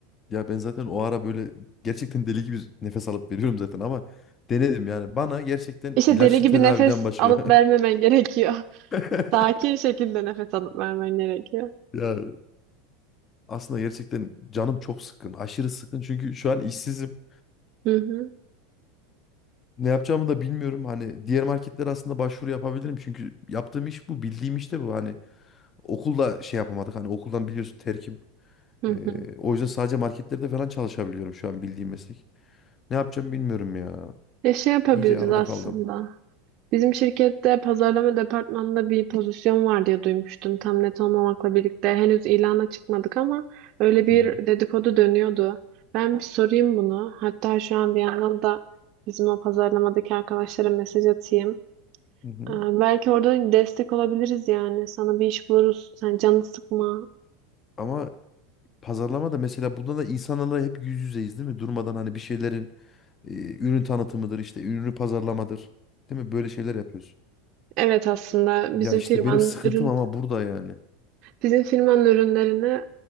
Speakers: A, on the left; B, on the right.
A: Ya ben zaten o ara böyle gerçekten deli gibi nefes alıp veriyorum zaten ama denedim yani. Bana gerçekten
B: İşte
A: ilaçlı
B: deli gibi
A: tedaviden
B: nefes
A: başka.
B: alıp vermemen gerekiyor. <laughs>
A: <laughs>
B: Sakin şekilde nefes alıp vermen gerekiyor.
A: Ya aslında gerçekten canım çok sıkkın. Aşırı sıkkın çünkü şu an işsizim.
B: Hı hı,
A: Ne yapacağımı da bilmiyorum. Hani diğer marketlere aslında başvuru yapabilirim. Çünkü yaptığım iş bu. Bildiğim iş de bu. Hani okulda şey yapamadık. Hani okuldan biliyorsun terkim.
B: hı
A: Ee,
B: hı.
A: o yüzden sadece marketlerde falan çalışabiliyorum şu an bildiğim meslek. Ne yapacağım bilmiyorum ya.
B: Ya şey yapabiliriz
A: İyice arada
B: aslında.
A: kaldım.
B: Bizim şirkette pazarlama departmanında bir pozisyon var diye duymuştum. Tam net olmamakla birlikte henüz ilana çıkmadık ama öyle bir
A: Hı hı.
B: dedikodu dönüyordu. Ben bir sorayım bunu. Hatta şu an bir yandan da bizim o pazarlamadaki arkadaşlara mesaj atayım.
A: Hı hı.
B: Ee, belki orada destek olabiliriz yani. Sana bir iş buluruz. Sen canını sıkma.
A: Ama pazarlama da mesela bunda da insanlarla hep yüz yüzeyiz değil mi? Durmadan hani bir şeylerin e, ürün tanıtımıdır işte ürünü pazarlamadır. Değil mi? Böyle şeyler yapıyoruz.
B: Evet aslında
A: Ya
B: bizim
A: işte
B: firmanın
A: benim sıkıntım
B: ürün
A: ama burada yani.
B: bizim firmanın ürünlerini